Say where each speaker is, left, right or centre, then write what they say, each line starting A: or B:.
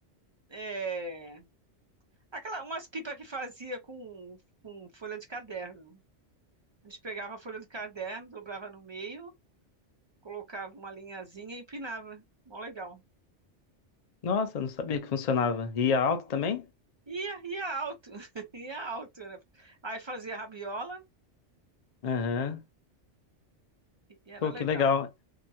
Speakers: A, on the right; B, on the left.
A: é, aquela, umas pipas que fazia com, com folha de caderno. A gente pegava a folha de caderno, dobrava no meio, colocava uma linhazinha e empinava. Mó legal.
B: Nossa, eu não sabia que funcionava. E a alta também?
A: Ia, ia alto, <laughs> ia alto. Era. Aí fazia rabiola.
B: Aham.
A: E
B: Pô,
A: era
B: que
A: legal.
B: legal.